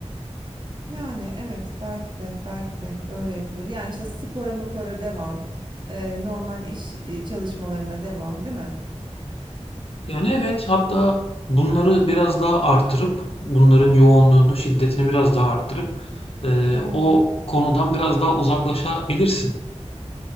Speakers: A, on the right; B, on the left.
A: yani evet belki de belki de öyle yapılır. Yani işte spora mupora devam, e, normal iş e, çalışmalarına devam, değil mi?
B: Yani evet, hatta bunları biraz daha arttırıp, bunların yoğunluğunu, şiddetini biraz daha arttırıp eee,
A: Ha.
B: o konudan biraz daha uzaklaşabilirsin.